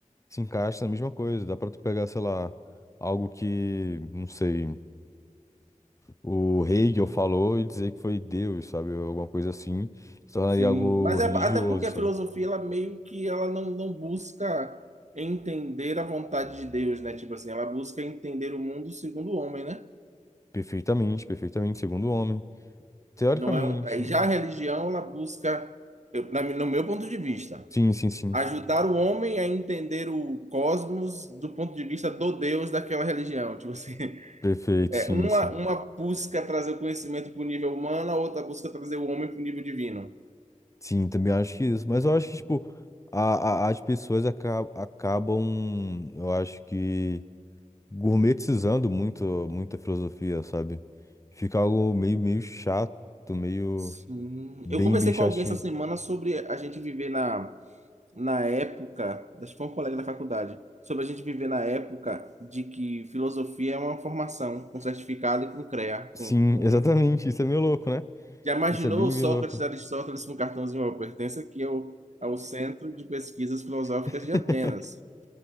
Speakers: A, on the left (about 20°); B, on the right (about 55°).
A: se encaixa na mesma coisa. Dá pra tu pegar, sei lá, algo que, não sei. O Hegel falou e dizer que foi Deus, sabe? Alguma coisa assim, se tornaria
B: Sim,
A: algo
B: mas é
A: religioso,
B: até porque
A: sabe?
B: a filosofia ela meio que ela não, não busca entender a vontade de Deus, né? Tipo assim, ela busca entender o mundo segundo o homem, né?
A: Perfeitamente, perfeitamente, segundo o homem. Teoricamente,
B: Não é um, aí
A: né?
B: já a religião ela busca, eu, na mi- no meu ponto de vista,
A: Sim, sim, sim.
B: ajudar o homem a entender o cosmos do ponto de vista do Deus daquela religião. Tipo assim, <laughs>
A: Perfeito,
B: é
A: sim,
B: uma
A: sim.
B: uma busca trazer o conhecimento para o nível humano, a outra busca trazer o homem para o nível divino.
A: Sim, também acho que isso. Mas eu acho que, tipo, a, a- as pessoas aca- acabam, eu acho que, gourmetizando muito, muita filosofia, sabe? Fica algo meio, meio chato, meio
B: Sim.
A: bem,
B: Eu conversei
A: bem chatinho.
B: com alguém essa semana sobre a gente viver na na época, acho que foi um colega da faculdade, sobre a gente viver na época de que filosofia é uma formação, com certificado e com CREA.
A: Sim,
B: Com, com...
A: <laughs> exatamente. Isso é meio louco, né?
B: Já imaginou
A: Isso é bem,
B: o Sócrates
A: bem louco.
B: e Aristóteles com um cartãozinho "Eu pertenço aqui ao, ao Centro de Pesquisas Filosóficas
A: <laughs>
B: de Atenas,